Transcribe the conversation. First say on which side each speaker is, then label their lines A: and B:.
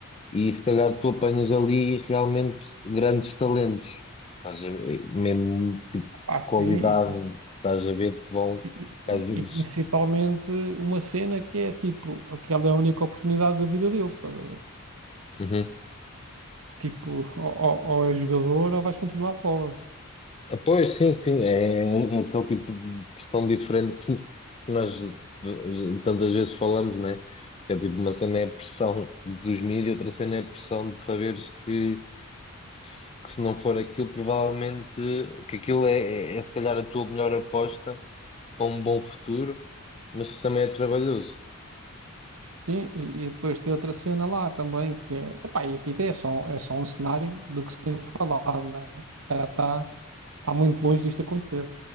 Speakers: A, on the left; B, on the right.
A: e se calhar tu apanhas ali realmente grandes talentos. Estás a ver, mesmo tipo
B: Pá,
A: qualidade,
B: sim.
A: estás a ver que vão,
B: E,
A: que às vezes.
B: e principalmente uma cena que é tipo, aquela é a única oportunidade da vida deles, estás a ver?
A: Uhum.
B: Tipo, ou, ou ou és jogador ou vais continuar pobre.
A: Ah, Pois sim, sim, é, é um, é aquele tipo de questão diferente que nós eh, tantas vezes falamos, né? Que é tipo, uma cena é a pressão dos mídias, outra cena é a pressão de saberes que, que se que se não for aquilo, provavelmente que aquilo é, é, é se calhar a tua melhor aposta para um bom futuro, mas que também é trabalhoso.
B: Sim, e, e depois tem outra cena lá também que é, epá, e aqui tem- é só, é só um cenário do que se tem falado, né? Cara, está está muito longe disto acontecer.